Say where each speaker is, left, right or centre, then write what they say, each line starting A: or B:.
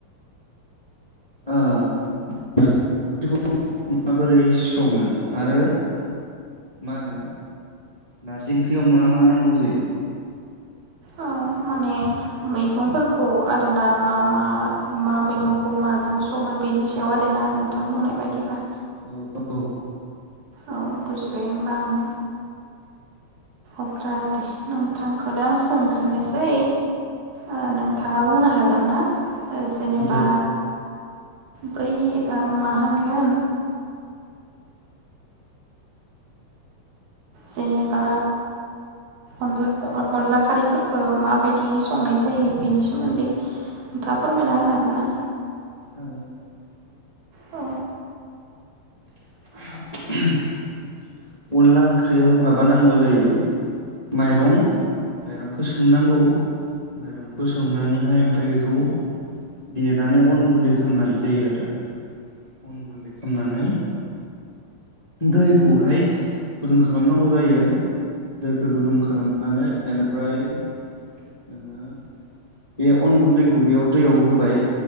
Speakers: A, on the left; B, on the right.
A: ओ नारजिखौ माबोरै सङो आरो मा होनो नारजि ओंख्रियाव मा मा नांगौ जायो?
B: औ माने मैगंफोरखौ आरोना मा मा मा मैगंखौ माजों सङो बेनि सायाव आरो ना नोंथां बुंनाय बायदिबा।
A: औ औ
B: औ बुजिबाय होमबा आङो। अब्ला दे नोंथांखौनो आं सोंग्रोनोसै ओ नोंथाङा बुंनो हागोन ना? ओ जेनेबा
A: दे
B: बै ओ मा होनगोन जेनेबा अनला अनला खारैफोरखौ माबायदि संनाय जायो बेनि सोमोन्दै नोंथाङा फोरमायना होनो हागोन ना?
A: हागोन।
B: औ
A: <unintelligible> अनला ओंख्रियाव माबाानांगौ जायो माइरं माइरंखौ सोमनांगौ माइरंखौ सोमनानैहाय ओमफ्राय बेखौ देनानै अन गुन्दै खालामनाय जायो आरो अन गुन्दै खालामनानै दैखौहाय गुदुं खालामनांगौ जायो दैखौ गुदुं खालामनानै बेनिफ्राय नोङो बे अन गुन्दैखौ बेयाव दैयाव होबाय